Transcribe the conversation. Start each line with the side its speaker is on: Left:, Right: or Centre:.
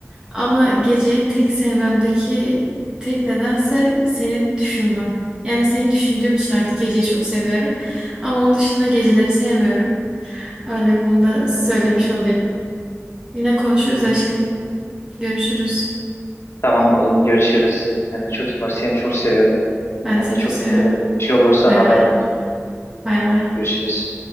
Right: Ama geceyi tek sevmemdeki tek nedense seni düşünmem. Yani seni düşündüğüm için artık geceyi çok seviyorum. Ama onun dışında geceleri sevmiyorum. Öyle bunu da söylemiş olayım. Yine konuşuruz aşkım. Görüşürüz.
Left: Tamam balım görüşürüz. Kendine çok iyi bak. Seni çok seviyorum.
Right: Ben
Left: Kendine
Right: de seni
Left: çok
Right: çok seviyorum.
Left: dikkat et. Bir şey olursa
Right: Bay
Left: haber
Right: bay.
Left: ver.
Right: Bay bay.
Left: Görüşürüz.